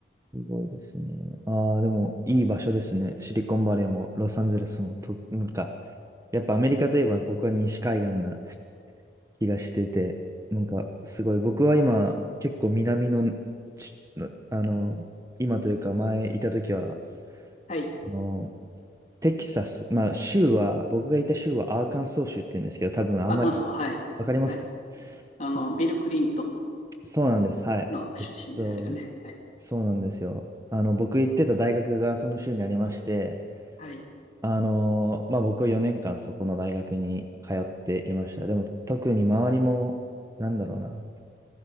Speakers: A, on the right; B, on the left.
A: すごいですね。ああ、でも、いい場所ですね。シリコンバレーも、ロサンゼルスも、と、なんか、やっぱアメリカといえば僕は西海岸な気がしてて、なんか、すごい、僕は今、結構南の、ちあの、今というか前いた時は、
B: はい。
A: あのテキサス、まあ州は、僕がいた州はアーカンソー州って言うんですけど、多分あんまり
B: アカンソー、はい。
A: わかりますか
B: はい。あの、
A: そ
B: ビル・クリントン
A: う、そうなんです。はい。
B: の出身ですよね。
A: えっと、
B: はい。
A: そうなんですよ。あの、僕行ってた大学がその州にありまして、
B: はい。
A: あの、まあ僕は4年間そこの大学に通っていました。でも特に周りも、なんだろうな、